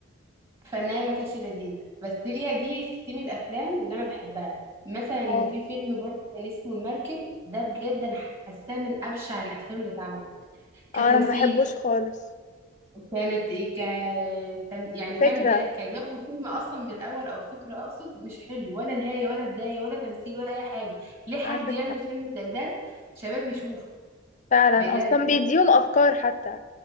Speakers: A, on the right; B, on the left.
A: فالنهاية ما كانتش لذيذة بس هي دي ستيم الأفلام اللي أنا بحبها مثلا
B: اه
A: في فيلم برضه كان اسمه المركب ده بجد أنا حاساه من أبشع الأفلام اللي اتعملت كتمثيل
B: اه انا ما بحبوش خالص
A: كانت إيه ك تم- يعني كان
B: فكرة
A: جا... كجو فيلم أصلا من الأول أو فكرة أقصد مش حلو ولا نهاية ولا بداية ولا تمثيل ولا أي حاجة ليه حد
B: عندك
A: يعمل فيلم زي ده شباب يشوف
B: فعلا
A: بجد
B: آه، اصلا بيديهم افكار حتى